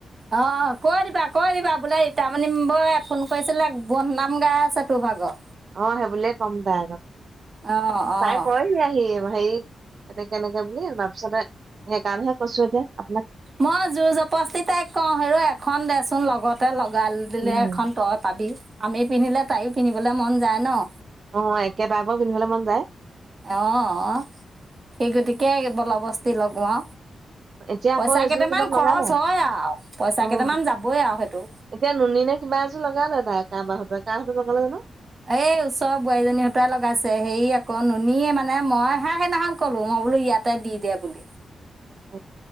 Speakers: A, on the right; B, on the right.
A: অ', কৈ দিবা কৈ দিবা বোলে তাৰমানান বই ফোন কৰিছিলে বদনাম গাই আছে তোৰভাগৰ
B: অ', সেইবুলিয়ে ক'ম তাই আগত,
A: অঁ
B: তাই
A: অঁ
B: কয়হি আহি হেৰি এনেকে এনেকে বুলি তাৰপিছতে সেইকাৰণেহে কৈছো এতিয়া আপোনাক
A: মই জোৰ জপষ্টি তাইক কওঁ হেৰ' এখন দেচোন লগ লগতে লগাই দিলে
B: উম,
A: এখন তই পাবি আমি পিন্ধিলে তাইও পিন্ধিবলৈ মন যায় ন'।
B: অ', একে টাইপৰ পিন্ধিবলৈ মন যায়।
A: অ', অ', সেই গতিকে বল বস্তি লগোৱা
B: এতিয়া আকৌ
A: পইচা
B: এযোৰ
A: কেইটামান
B: ক'ৰবাত লগালে
A: খৰচ হয় আৰু পইচা
B: উম
A: কেইটামান যাবই আৰু সেইটো।
B: এতিয়া নুনী নে কিবা এযোৰ লগালে তাই কাবাহঁতোৱাই কাহঁততে লগালে জানো।
A: এ ওচৰৰ বোৱাৰীজনী সতাই লগাইছে হেৰি আকৌ নুনীয়ে মানে মইহে সেইদিনাখন ক'লো মই বোলো ইয়াতে দি দে বুলি।
B: আহ